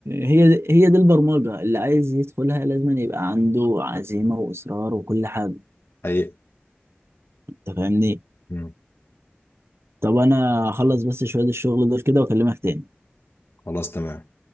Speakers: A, on the right (about 80°); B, on the left (about 75°).
A: هي هي دي البرمجة اللي عايز يدخلها لازم يبقى عنده عزيمة وإصرار وكل حاجة
B: حقيقي
A: انت فاهمني
B: مم.
A: طب انا هخلص بس شوية الشغل دول كده واكلمك تاني
B: خلاص تمام